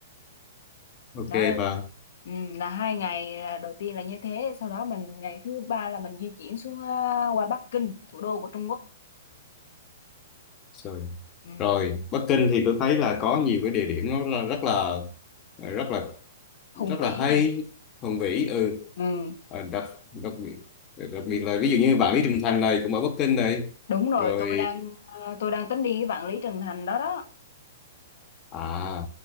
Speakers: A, on the left; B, on the left.
A: ok
B: đó
A: bà
B: ừ, là hai ngày à, đầu tiên là như thế sau đó mình ngày thứ ba là mình di chuyển xuống à, qua Bắc Kinh thủ đô của Trung Quốc
A: rồi
B: ừ,
A: rồi Bắc Kinh thì tôi thấy là có nhiều cái địa điểm nó là rất là rất là
B: hùng
A: rất là
B: vĩ
A: hay
B: nha
A: hùng vĩ ừ
B: ừ,
A: à, đặc đặc biệt đặc biệt là ví dụ như vạn lý trường thành này cũng ở Bắc Kinh này
B: đúng rồi
A: rồi
B: tôi đang à, tôi đang tính đi cái Vạn Lý Trường Thành đó đó
A: À,